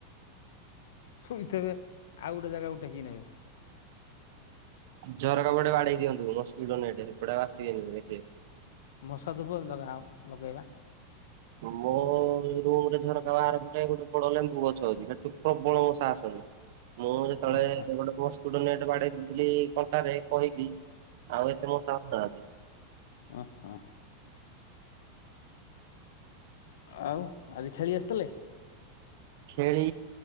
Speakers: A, on the left; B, on the right.
A: ଶୋଇଥିବେ ଆଉ ଗୋଟେ ଜାଗାକୁ ଟେକି ନେବେ।
B: ଜର କାପଟେ ବାଡେଇ ଦିଅନ୍ତୁ ମସ୍କିଟୋ ନେ ଏପଟା ଆସିବେନି ଦେଖ।
A: ମଶା ଧୁବ ଲଗା ଲଗେଇବା।
B: ମୁଁ ରୁମରେ ଝରକା ବାହାର ପଟେ ଗୋଟେ ବଡ ଲେମ୍ବୁ ଗଛ ଅଛି ସେଠୁ ପ୍ରବଳ ମଶା ଆସନ୍ତି। ମୁଁ ଯେତେବେଳେ
A: ଆଚ୍ଛା
B: ଗୋଟେ ମସ୍କୁଟ ନେଟ ବାଡେଇ ଦେଇଥିଲି କଣ୍ଟାରେ କହିକି। ଆଉ ଏତେ ମଶା ନାହାନ୍ତି।
A: ଓ ହ। ଆଉ ଆଜି ଖେଳି ଆସିଥିଲେ?
B: ଖେଳି